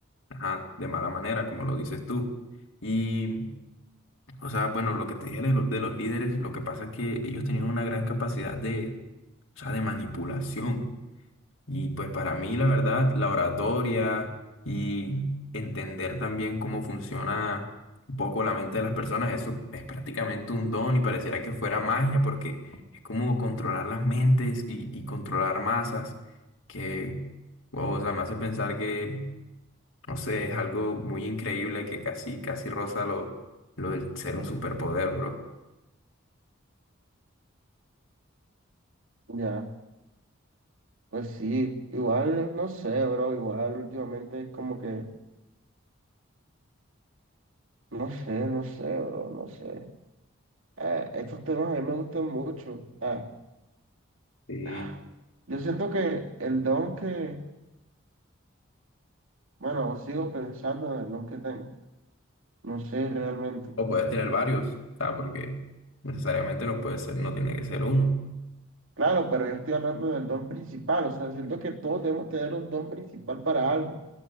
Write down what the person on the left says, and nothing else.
ajá, de mala manera, como lo dices tú. Y, o sea, bueno, lo que te dije de, lo- de los líderes, lo que pasa es que ellos tenían una gran capacidad de, o sea, de manipulación. Y pues para mí, la verdad, la oratoria y entender también cómo funciona un poco la mente de las personas, eso es prácticamente un don y pareciera que fuera magia, porque es como controlar las mentes y, y controlar masas, que, wow, o sea, me hace pensar que, no sé, es algo muy increíble que casi, casi roza lo, lo del ser un superpoder, bro.
Y-
o puedes tener varios, o sea, porque necesariamente no puede ser, no tiene que ser uno.